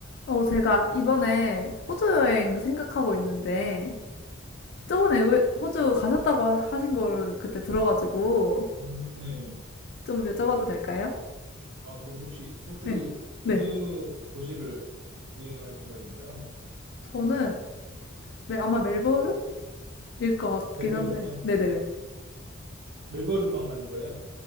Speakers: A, on the left (about 55°); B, on the right (about 70°).
A: 어, 제가 이번에 호주 여행 생각하고 있는데, 저번에 왜 호주 가셨다고 하- 하신 걸 그때 들어가지고,
B: 음 네.
A: 좀 여쭤봐도 될까요?
B: 아 그럼 혹시 호주
A: 네. 네.
B: 어느 도시를 여행할 생각인가요?
A: 저는 멜- 아마 멜버른일 것 같긴
B: 멜버른이요?
A: 한데, 네네네.
B: 멜버른만 가는 거예요?